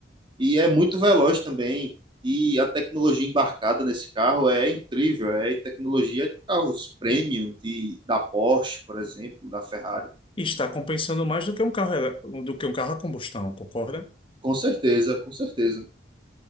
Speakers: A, on the right (about 25°); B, on the left (about 30°).
A: e é muito veloz também. E a tecnologia embarcada nesse carro é incrível, é tecnologia de carros premium, de, da Porsche, por exemplo, da Ferrari.
B: E está compensando mais do que um carro, ele- do que um carro a combustão, concorda?
A: Com certeza, com certeza,